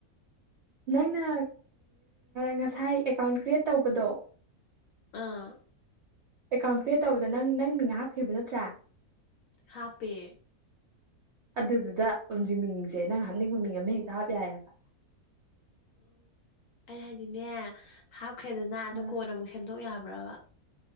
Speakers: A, on the right; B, on the left.
A: ꯅꯪꯅ ꯉꯁꯥꯏ ꯑꯦꯀꯥꯎꯟ ꯀ꯭ꯔꯤꯌꯦꯠ ꯇꯧꯕꯗꯣ
B: ꯑꯥ
A: ꯑꯦꯀꯥꯎꯟ ꯀ꯭ꯔꯤꯌꯦꯠ ꯇꯧꯕꯗ ꯅꯪ ꯅꯪ ꯃꯤ ꯍꯥꯞꯈꯤꯕ ꯅꯠꯇ꯭ꯔꯥ
B: ꯍꯥꯞꯄꯦ
A: ꯑꯗꯨꯗꯨꯗ ꯑꯁꯤ ꯃꯤꯡꯁꯦ ꯅꯪ ꯍꯥꯞꯅꯤꯡꯕ ꯃꯤꯡ ꯑꯃ ꯍꯦꯛꯇ ꯍꯥꯞ ꯌꯥꯏꯌꯦꯕ
B: ꯎꯝ ꯑꯩ ꯍꯥꯏꯗꯤꯅꯦ ꯍꯥꯞꯈ꯭ꯔꯦꯗꯅ ꯑꯗꯨ
A: ꯑ
B: ꯀꯣꯟ ꯑꯃꯨꯛ ꯁꯦꯝꯗꯣꯛ ꯌꯥꯕ ꯕ꯭ꯔꯥꯕ